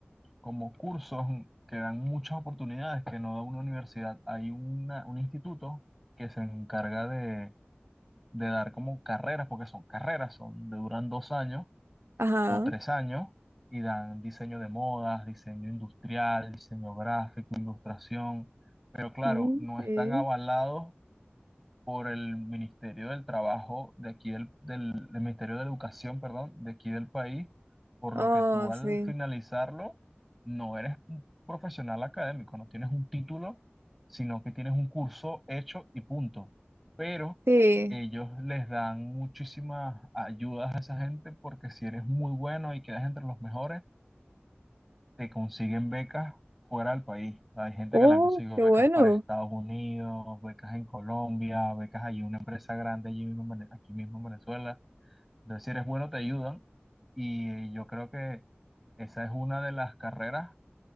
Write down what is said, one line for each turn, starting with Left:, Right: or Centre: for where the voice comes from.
Centre: como cursos mm, que dan muchas oportunidades que no da una universidad. Hay una, un instituto que se encarga de, de dar como carreras, porque son carreras, son de duran dos años
Right: ajá.
Centre: o tres años y dan diseño de modas, diseño industrial, diseño gráfico, ilustración. Pero claro,
Right: Mm,
Centre: no
Right: sí.
Centre: están avalados por el Ministerio del Trabajo de aquí del, del, del Ministerio de Educación, perdón, de aquí del país, por
Right: Oh,
Centre: lo que tú al
Right: sí,
Centre: finalizarlo no eres un profesional académico, no tienes un título, sino que tienes un curso hecho y punto. Pero
Right: sí.
Centre: ellos les dan muchísimas ayudas a esa gente porque si eres muy bueno y quedas entre los mejores, te consiguen becas fuera del país. Hay gente
Right: Oh,
Centre: que le han conseguido
Right: qué
Centre: becas
Right: bueno.
Centre: para Estados Unidos, becas en Colombia, becas allí, en una empresa grande allí mismo, en Vene- aquí mismo en Venezuela. Entonces, si eres bueno, te ayudan. Y eh, yo creo que esa es una de las carreras